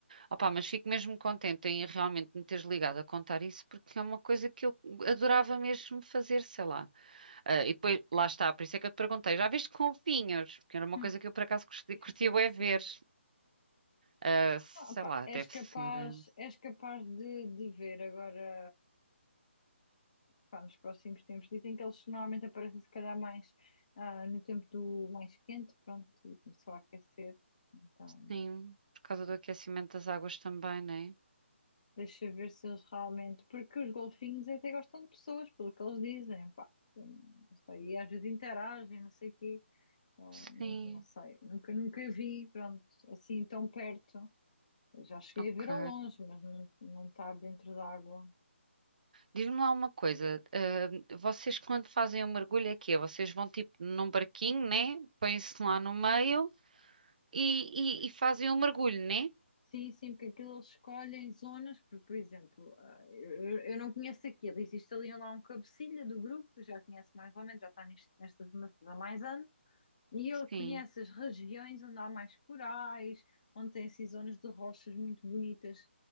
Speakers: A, on the right; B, on the left.
A: Opa, mas fico mesmo contente em realmente me teres ligado a contar isso, porque é uma coisa que eu adorava mesmo fazer, sei lá. Ah, e depois, lá está, por isso é que eu te perguntei, já viste com vinhos? Porque era uma
B: Hum.
A: coisa que eu por acaso curti-
B: Isso
A: curtia
B: é
A: bué
B: que
A: ver.
B: sim.
A: Ah, sei
B: Não, pá,
A: lá, deve
B: és
A: ser.
B: capaz,
A: ah,
B: és capaz de, de ver agora, pá, nos próximos tempos. Dizem que eles normalmente aparecem, se calhar, mais ah, no tempo do mais quente, pronto, e começou a aquecer. Então.
A: Sim, por causa do aquecimento das águas também, né?
B: Deixa eu ver se eles realmente. Porque os golfinhos até gostam de pessoas, pelo que eles dizem, pá. eu Não sei, e às vezes interagem, não sei o quê. Oh,
A: Sim,
B: Mas não sei, nunca, nunca vi, pronto, assim tão perto. Eu já cheguei
A: ok.
B: a ver ao longe, mas não, não estar dentro d'água.
A: Diz-me lá uma coisa. ah, vocês quando fazem o mergulho é quê? Vocês vão tipo num barquinho, né? Põem-se lá no meio e, e, e fazem o mergulho, né?
B: Sim, sim, porque aquilo eles escolhem zonas, porque, por exemplo, ah, eu, eu eu não conheço aquilo. Existe ali lá um cabecilha do grupo, que eu já conhece mais ou menos, já está nisto- nestas andanças há mais anos E ele conhece
A: Sim,
B: as regiões onde há mais corais, onde tem assim, zonas de rochas muito bonitas,